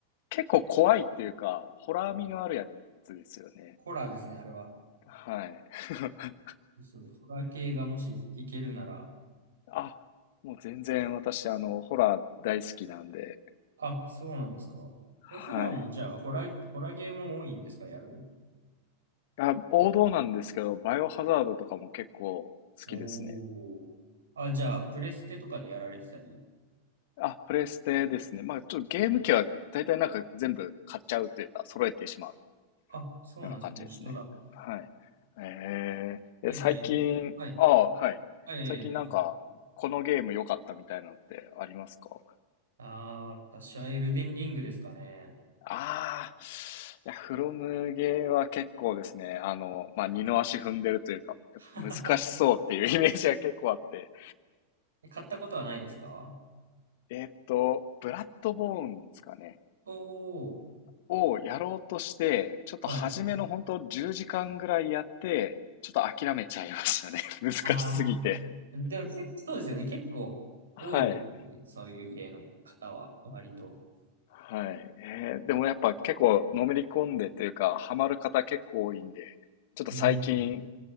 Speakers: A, on the left (about 50°); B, on the right (about 70°).
A: 結構怖いっていうか、ホラー味のあるやつですよね。
B: ホラーですね、あれは。
A: はい。<laughs>
B: そうそう、ホラー系がもしいけるなら。
A: あ、もう全然私、あの、ホラー大好きなんで、
B: あ、そうなんですか。
A: はい。
B: え、普段もじゃあ、ホラー、ホラーゲーも多いんですか、やるの。
A: あ、王道なんですけど、バイオハザードとかも結構好きですね。
B: おー。あ、じゃあ、プレステとかでやられてたり。
A: あ、プレステですね。まあ、ちょっとゲーム機は大体なんか全部買っちゃうというか、揃えてしまう
B: あ、そうなんですね。
A: ような感じですね。
B: 一緒だ。
A: はい。えー、
B: え、
A: え、最近、
B: じゃあ、はい。
A: ああ、はい。
B: はい、
A: 最近なんか、
B: えーどうぞ。
A: このゲーム良かったみたいなのってありますか
B: ああ私はエルデンリングですかね。
A: ああ、いや、フロムゲーは結構ですね、あの、まあ、二の足踏んでるというか、
B: <laughs>
A: 難しそうっていうイメージが結構あって。
B: え買ったことはないですか
A: えーっと、ブラッドボーンですかね。
B: おー、
A: をやろうとして、ちょっと初めの本当10時間ぐらいやって、
B: はい。
A: ちょっと諦めちゃいましたね。<laughs> 難しすぎて。
B: ああでも、せそうですよね。結構多いですよね。
A: はい。
B: そういう系の方は、割と。
A: はい。えーでもやっぱ結構のめり込んでというか、ハマる方結構多いんで、ちょっと最近
B: うん。